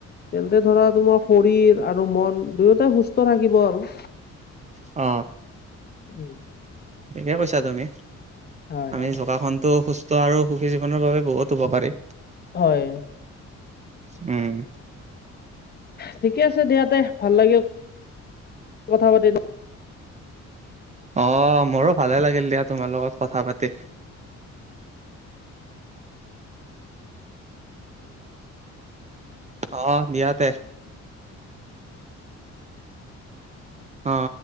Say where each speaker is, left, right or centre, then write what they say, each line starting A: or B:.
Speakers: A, on the left; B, on the right.
A: তেন্তে ধৰা তোমাৰ শৰীৰ আৰু মন দুয়োটাই সুস্থ থাকিব আৰু।
B: অ,
A: ওম,
B: ঠিকেই কৈছা তুমি।
A: হয়
B: আমি
A: হয়
B: যোগাসনতো সুস্থ আৰু সুখী জীৱনৰ বাবে বহুত উপকাৰী।
A: হয়,
B: উম,
A: ঠিকে আছে দিয়া দে, ভাল লাগে কথা পাতিম তো -
B: অ, মোৰো ভালে লাগিল দিয়া তোমাৰ লগত কথা পাতি। অ দিয়াতে। অ,